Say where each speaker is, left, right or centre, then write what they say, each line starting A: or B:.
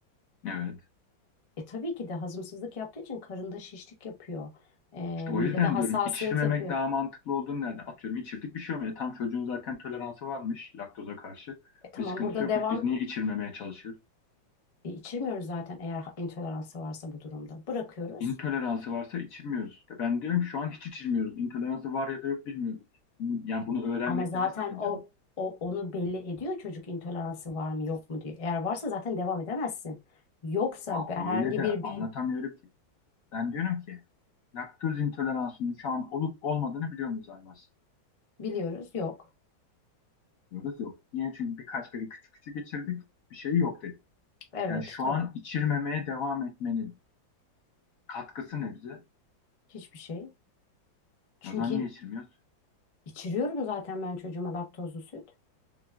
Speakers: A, on the left (about 55°); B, on the left (about 35°).
A: Evet.
B: E tabii ki de hazımsızlık yaptığı için karında şişlik yapıyor. E,
A: İşte
B: midede
A: o yüzden
B: hassasiyet
A: diyorum içirmemek
B: yapıyor.
A: daha mantıklı olduğunu nereden? Atıyorum içirdik bir şey olmuyor. Tam çocuğun zaten toleransı varmış laktoza karşı.
B: E tamam
A: Bir sıkıntısı
B: burada
A: yokmuş.
B: devam
A: Biz niye içirmemeye çalışıyoruz?
B: e, içirmiyoruz zaten eğer ha- intoleransı varsa bu durumda. Bırakıyoruz.
A: İntoleransı varsa içirmiyoruz. Ben diyorum ki şu an hiç içirmiyoruz. İntoleransı var ya da yok bilmiyoruz. Yani bunu öğrenmekte
B: Ama zaten
A: ne sakınca
B: o,
A: var?
B: o onu belli ediyor çocuk intoleransı var mı yok mu diye. Eğer varsa zaten devam edemezsin. Yoksa
A: Ya o
B: be- herhangi
A: öyle de
B: bir be
A: anlatamıyorum ki. Ben diyorum ki laktoz intoleransının şu an olup olmadığını biliyor muyuz Aybars?
B: Biliyoruz yok.
A: Diyoruz yok. Niye? Çünkü birkaç kere küçük küçük geçirdik. Bir şey yok dedik.
B: Evet
A: Yani şu
B: tabii
A: an içirmemeye devam etmeniz Katkısı ne bize?
B: hiçbir şey. Çünkü
A: E O zaman niye içirmiyoruz?
B: içiriyorum zaten ben çocuğuma laktozlu süt.